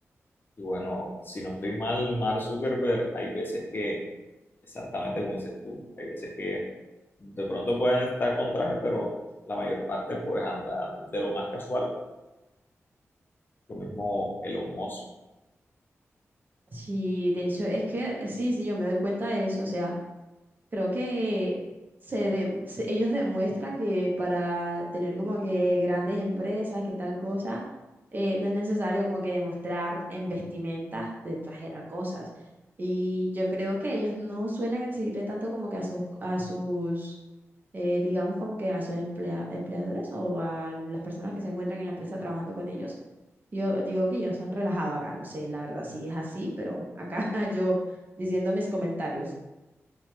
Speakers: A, on the left (about 40°); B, on the right (about 40°).
A: Y bueno, si no estoy mal, Mark Zuckerberg, hay veces que, exactamente como dices tú, hay veces que de pronto puede estar con traje, pero la mayor parte pues anda de lo más casual. Lo mismo Elon Musk,
B: Sí, de hecho, es que eh, sí, sí, yo me doy cuenta de eso, o sea. creo que se de- se- ellos demuestran que para tener como que grandes empresas, que tal cosa, eh, no es necesario como que demostrar en vestimenta de exagerar cosas. Y yo creo que ellos no suelen exigirle tanto como que a sus, a sus eh, digamos como que a sus emplea- empleadores o a las personas que se encuentran en la empresa trabajando con ellos. Yo digo que ellos son relajados acá, no sé, la verdad sí es así, pero acá <laughs> yo diciendo mis comentarios.